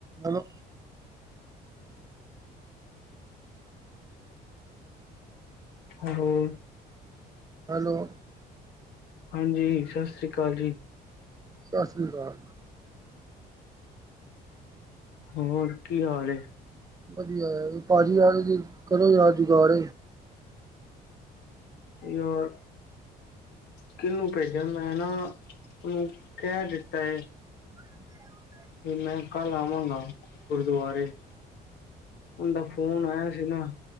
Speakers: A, on the right; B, on the left.
A: ਹੈਲੋ।
B: ਹੋਲੋ।
A: ਹੈਲੋ।
B: ਹਾਂਜੀ, ਸਤਿ ਸ਼੍ਰੀ ਅਕਾਲ ਜੀ।
A: ਸਤਿ ਸ਼੍ਰੀ ਅਕਾਲ।
B: ਹੋਰ ਕੀ ਹਾਲ ਏ?
A: ਵਧੀਆ, ਭਾਜੀ ਯਾਰ ਜ' ਕਰੋਂ ਯਾਾਰ ਜੁਗਾੜ
B: ਯਾਰ, ਕਿਹਨੂੰ ਭੇਜਿਆ ਮੈਂ ਨਾ ਉਹ ਕਹਿ ਦਿੱਤਾ ਹੈ,
A: ਹ
B: ਤੇ ਮੈਂ ਕੱਲ ਆਵਾਂਗਾ ਗੁਰਦੁਆਰੇ, ੳਦਾ ਫੋਨ ਆਇਆ ਸੀ ਨਾ।